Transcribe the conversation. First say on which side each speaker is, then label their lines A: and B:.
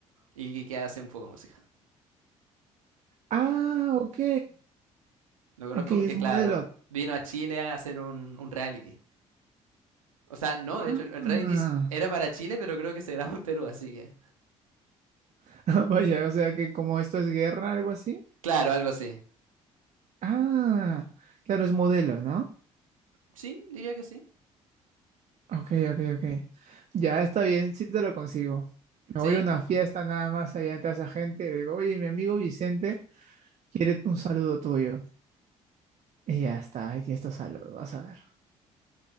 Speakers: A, on the right; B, on the right.
A: y que, hace un poco de música.
B: Ah, ok.
A: Lo conozco
B: Ok, es
A: porque, claro,
B: modelo.
A: vino a Chile a hacer un, un reality. O sea, no,
B: Ah,
A: de hecho, el el reality era para Chile, pero creo que se grabó en Perú, así que...
B: <laughs> vaya, o sea que como esto es guerra, algo así.
A: Claro, algo así.
B: Ah, claro, es modelo, ¿no?
A: Sí, diría que sí.
B: Ok, ok, ok. Ya está bien, sí te lo consigo. Me
A: ¿Sí?
B: voy a una fiesta nada más allá entre esa gente y le digo, oye, mi amigo Vicente quiere un saludo tuyo. Y ya está, aquí está tu saludo, vas a ver.